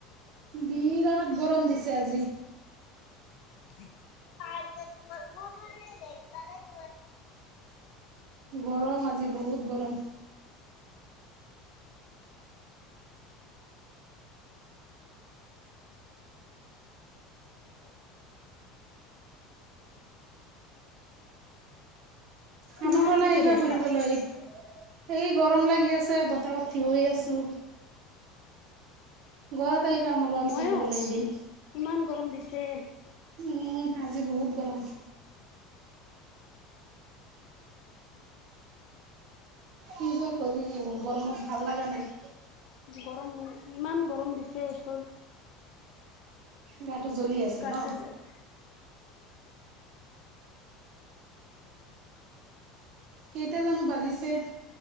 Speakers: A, on the right (about 60°); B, on the left (about 65°).
A: বিৰাট গৰম দিছে আজি।
B: <unintelligible>
A: গৰম আজি বহুত গৰম।
B: <unintelligible> তুমি
A: আমাৰ
B: ইমান
A: ঘৰলে
B: কি
A: আহিবা
B: কৰি আছা
A: ফুৰিবলৈ। সেই গৰম লাগি আছে, বতাহত থিয়হি আছোঁ। ঘৰত আহিবা, আমাৰ ঘৰত
B: মইও
A: ফুৰিবলৈ এদিন।
B: ইমান গৰম দিছে
A: উঁম আজি বহুত গৰম। কি যে কৰিম, গৰমত ভাল লগা নাই।
B: গৰম, ইমান গৰম দিছে এইচোন
A: গাটো জ্বলি আছে
B: গাটো
A: ন!
B: জ্বলে।
A: কেইটা জানোঁ বাজিছে?